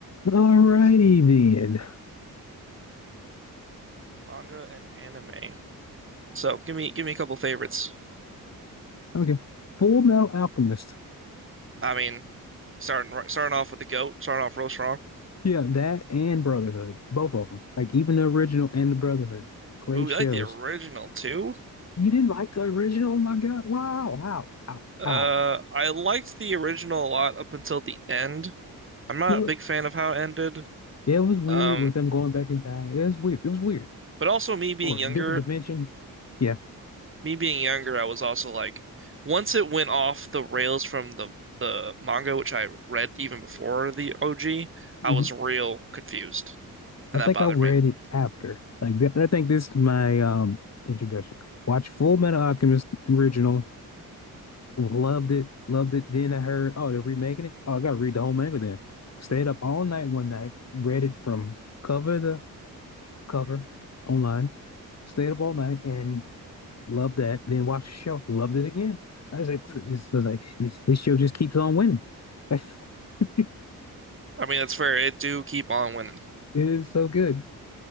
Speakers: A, on the left; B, on the right.
A: Alrighty then.
B: manga and anime. So give me give me a couple favorites.
A: Okay. Full Metal Alchemist.
B: I mean, starting starting off with the goat, starting off real strong.
A: Yeah, that and Brotherhood. Both of them. Like even the original and the Brotherhood. Great
B: Ooh,
A: shows.
B: you like the original too?
A: You didn't like the original? Oh my God. Wow. How? How?
B: Uh,
A: How?
B: I liked the original a lot up until the end. I'm not
A: Yeah.
B: a big fan of how it ended.
A: It was weird
B: Um,
A: with them going back in time. It was weird. It was weird.
B: but also me being
A: Or
B: younger,
A: a different dimension. Yeah.
B: me being younger, I was also like, once it went off the rails from the the manga, which I read even before the OG,
A: hmm
B: I was real confused, and
A: I think
B: that bothered
A: I read
B: me.
A: it after. Like that, I think this is my um introduction. Watch Full Metal Alchemist original, Loved it, loved it. Then I heard, oh, they're remaking it. Oh, I gotta read the whole manga then. Stayed up all night one night, read it from cover to cover online. Stayed up all night and loved that. Then watched the show, loved it again. I was like, this is like this, this show just keeps on winning. <laughs>
B: I mean, that's fair. It do keep on winning.
A: It is so good.